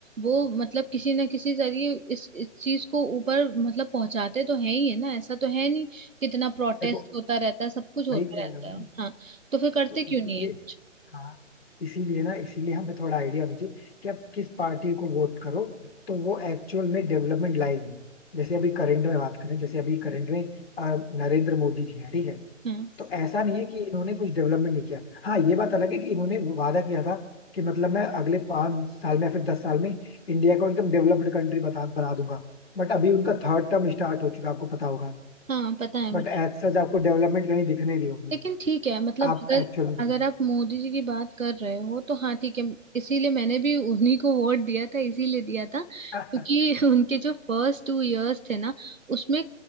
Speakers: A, on the right; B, on the left.
A: वो मतलब किसी ना किसी जरिए इस इस चीज को ऊपर मतलब पहुंचाते तो है ही है ना ऐसा तो है नहीं कितना प्रोटेस्ट
B: देखो
A: होता रहता है सब कुछ होता
B: वही कह
A: रहता
B: रहा हूँ ना
A: है हाँ तो फिर करते
B: तो
A: क्यों
B: इसलिए
A: नहीं है कुछ
B: हाँ इसीलिए ना इसीलिए हमें थोड़ा आइडिया होना चाहिए कि आप किस पार्टी को वोट करो तो वो एक्चुअल में डेवलपमेंट लाएगी जैसे अभी करंट में बात करें जैसे अभी करंट में अ, नरेंद्र मोदी जी हैं ठीक है
A: हाँ
B: तो ऐसा नहीं है कि इन्होंने कुछ डेवलपमेंट नहीं किया हाँ ये बात अलग है कि इन्होंने वादा किया था कि मतलब मैं अगले पांच साल में या फिर दस साल में इंडिया को एकदम डेवलप्ड कंट्री बता बना दूंगा बट अभी उनका थर्ड टर्म स्टार्ट हो चुका है, आपको पता होगा
A: हाँ पता है
B: बट
A: मुझे
B: एज सच आपको डेवलपमेंट कहीं दिख नहीं रही होगी
A: लेकिन ठीक है मतलब
B: आप
A: अगर
B: एक्चुअल में देखो
A: अगर आप मोदी जी की बात कर रहे हो तो हाँ ठीक है इसीलिए मैंने भी उन्हीं को वोट दिया था इसीलिए दिया था क्योंकि
B: <laughs>
A: <laughs> उनके जो फर्स्ट टू इयर्स थे ना उसमें अ,